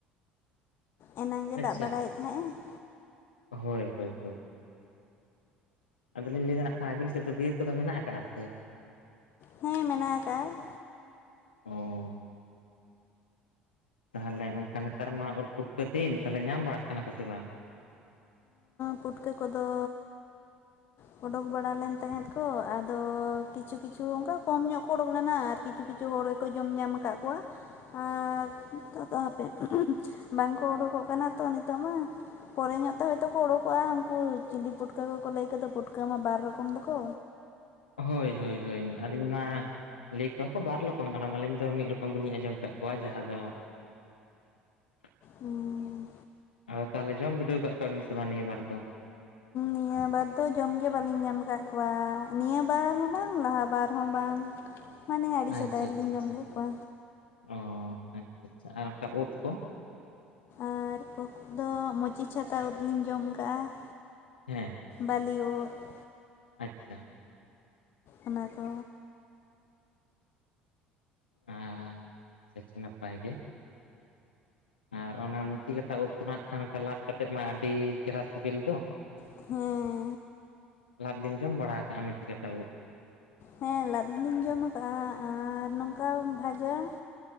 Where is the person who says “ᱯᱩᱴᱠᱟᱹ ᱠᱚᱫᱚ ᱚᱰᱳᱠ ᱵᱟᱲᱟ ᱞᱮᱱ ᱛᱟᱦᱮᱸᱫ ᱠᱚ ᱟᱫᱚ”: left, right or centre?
Left